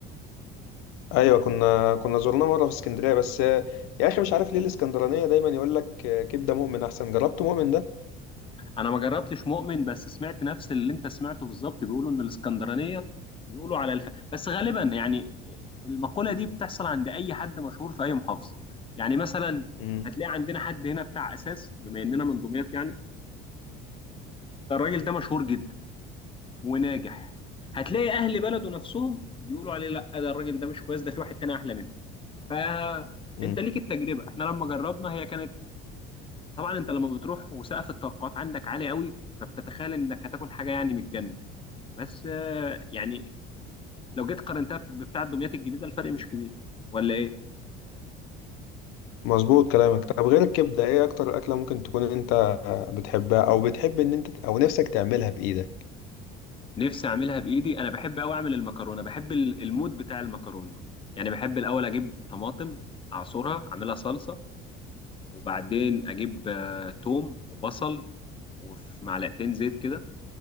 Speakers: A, on the left (about 85°); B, on the left (about 25°).
A: ايوه كنا كنا زرناه مره في اسكندريه بس آه، يا اخي مش عارف ليه الاسكندرانيه دايما يقول لك آه، كبده مؤمن احسن جربت مؤمن ده
B: انا ما جربتش مؤمن بس سمعت نفس اللي انت سمعته بالظبط بيقولوا ان الاسكندرانيه بيقولوا على الف... بس غالبا يعني المقوله دي بتحصل عند اي حد مشهور في اي محافظه يعني مثلا
A: امم
B: هتلاقي عندنا حد هنا بتاع اساس بما اننا من دمياط يعني ده الراجل ده مشهور جدا وناجح هتلاقي اهل بلده نفسهم بيقولوا عليه لا ده الراجل ده مش كويس ده في واحد تاني احلى منه فانت
A: امم
B: ليك التجربه احنا لما جربنا هي كانت طبعا انت لما بتروح وسقف التوقعات عندك عالي قوي فبتتخيل انك هتاكل حاجه يعني من الجنه بس آه، يعني لو جيت قارنتها بتاع دمياط الجديده الفرق مش كبير ولا ايه
A: مظبوط كلامك طب غير الكبده ايه اكتر اكله ممكن تكون انت آه، بتحبها او بتحب ان انت او نفسك تعملها بايدك
B: نفسي اعملها بايدي انا بحب قوي اعمل المكرونه بحب ال- المود بتاع المكرونه يعني بحب الاول اجيب طماطم اعصرها اعملها صلصه وبعدين اجيب آه، توم وبصل وفي معلقتين زيت كده